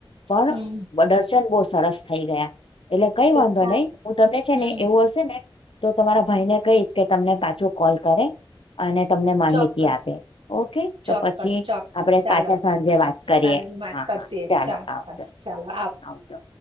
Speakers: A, on the left; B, on the right.
A: પણ
B: હમ
A: બદરશન બહુ સરસ. થઈ ગયા. એટલે કઈ
B: તો
A: વાંધો
B: ચા
A: નહી હું તમને છે
B: હમ
A: ને એવું હશે ને. તો તમારા ભાઈ ને. કઈશ. કે તમને પાછું કોલ કરે. અને તમને માહિતી
B: ચોક્કસ
A: આપે ઓકે તો
B: ચોક્કસ
A: પછી
B: ચોક્કસ
A: આપડે
B: ચાલો
A: પાછા
B: તો
A: સાંજે વાત કરીએ
B: વાત
A: હા
B: કરશે
A: હા ચાલો
B: ચોક્કસ
A: આવજો
B: ચાલો
A: આવજો.